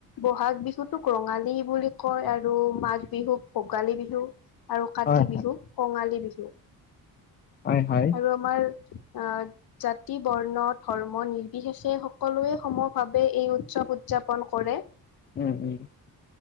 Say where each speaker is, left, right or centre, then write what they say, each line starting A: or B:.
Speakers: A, on the left; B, on the left.
A: বহাগ বিহুটোক ৰঙালী বুলি কয় আৰু মাঘ বি বিহুক ভোগালী বিহু, আৰু কাতি
B: হয়
A: বিহুক কঙালী বিহু
B: হয় হয়
A: আৰু আমাৰ আহ, জাতি বৰ্ণ, ধৰ্ম নিৰ্বিশেষে সকলোৱে সমভাৱে এই উৎসৱ উদযা্পন কৰে।
B: উম, উম,